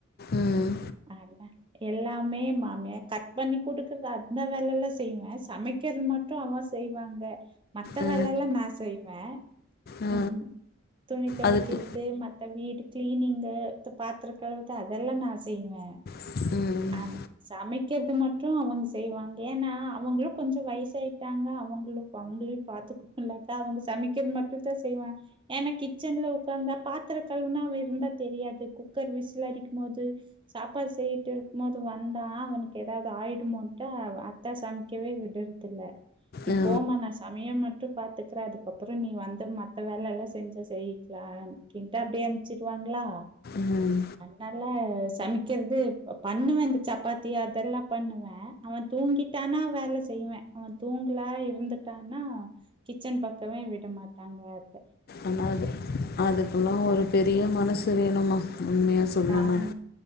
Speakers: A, on the left; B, on the right.
A: ம்
B: அதா எல்லாமே மாமிய கட் பண்ணி குடுக்குறது அந்த வேலைல்லா செய்வே சமைக்கிறது மட் டு அவ செய்வாங்க மத்த
A: ஆ,
B: வேல எல்லா நா செய்வே
A: ஆ.
B: ம் துணி தொவைக்கற
A: அதுக்கு
B: து மத்த வீடு கிளீனிங்கு பாத்தர கழுவுறது அதெல்லா நா செய்வே
A: ம் ம்
B: ஆ சமைக்கிறது மட்டு அவங்க செய்வாங்க ஏன்னா அவங்களு கொஞ்சோ வயசாயிட்டாங்க அவங்களு இப்ப அவங்களையு பாத்துக்கணும்லாக்கா அவங்க சமைக்கிறது மட்டு தா செய்வாங் ஏன்னா கிச்சன்ல உக்காந்தா பாத்திர கழவுனா அவ இருந்தா தெரியாது குக்கர் விசல அடிக்கு போது சாப்பாடு செய்யிட்டு இருக்கும் போது வந்தா அவனுக்கு ஏதாவது ஆயிடுமோட்டு அத்தா சமைக்கவே விடு தில்ல நீ
A: ஆ,
B: போமா நா சமயம் மட்டு பாத் கத்துக்கற அதுக்கப்புற நீ வந்து மத்த வேலெல்லா செஞ்ச செய்யிக்கலா கின்ட்டு அப்டியே அனுப்பிச்சிருவாங்களா
A: ம்
B: நல்லா சமைக்கிறது பண்ணுவே இந்த சப்பாத்தி அதெல்லா பண்ணுவே அவ தூங்கிட்டானா வேல செய்வே அவ தூங்கலா இருந்துட்டானா கிச்சன் பக்கமே விட மாட்டாங்க இப்ப
A: ஆனா அது அதுக்கெல்லா ஒரு பெரிய மனசு வேணமா உண்மையா சொ சொன்னான
B: ஆஹ